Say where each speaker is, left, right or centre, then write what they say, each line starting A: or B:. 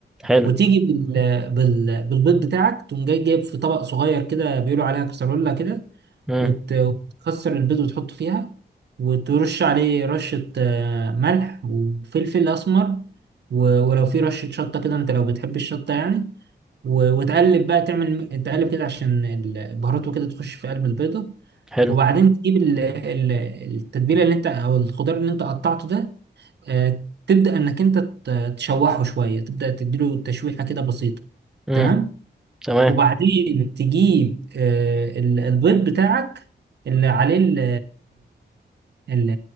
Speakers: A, in the centre; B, on the right.
A: حلو
B: وتيجي بال... بال... بالبيض بتاعك تقوم جاي جايب في طبق صغير كده بيقولوا عليها كسرولة كده
A: امم
B: وت... وتكسر البيض وتحطه فيها وترش عليه رشة آه، ملح وفلفل أسمر و... ولو في رشة شطة كده أنت لو بتحب الشطة يعني و... وتقلب بقى تعمل تقلب كده عشان البهارات وكده تخش في قلب البيضة
A: حلو
B: وبعدين تجيب ال... ال- التتبيلة اللي أنت أو الخضار اللي أنت قطعته ده آه، تبدأ إنك أنت ت- تشوحه شوية تبدأ تديله تشويحة كده بسيطة
A: امم
B: تمام
A: تمام
B: وبعدين تجيب آه، ال- البيض بتاعك اللي عليه ال ال